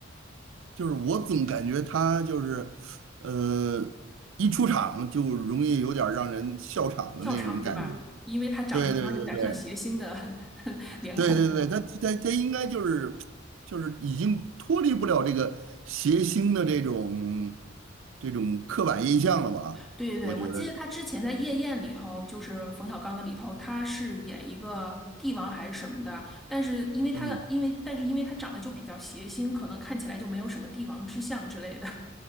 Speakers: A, on the right; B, in the centre.
A: 就是我总感觉他就是呃，一出场就容易有点儿让人笑场的那种感觉。
B: 笑场，对吧？因为他长了一张有点像谐星的
A: 对对对对
B: <laughs> 脸孔。
A: 对对对，他他他应该就是就是已经脱离不了这个谐星的这种这种刻板印象了吧？
B: 对对对，
A: 我觉得是，
B: 我记得他之前在《夜宴》里头，就是冯小刚的里头，他是演一个帝王还是什么的，但是因为他因为但是因为他长得就比较谐星，
A: 嗯
B: 可能看起来就没有什么帝王之相之类的。